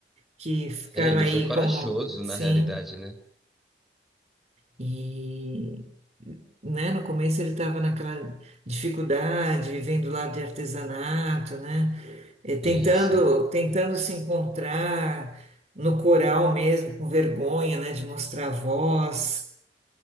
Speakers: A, on the right; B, in the centre.
A: que ficaram
B: É, ele
A: aí
B: foi corajoso
A: como, sim,
B: na realidade, né?
A: e né, no começo ele estava naquela dificuldade, vivendo lá de artesanato, né? É, tentando,
B: Isso.
A: tentando se encontrar no coral mesmo, com vergonha, né, de mostrar a voz.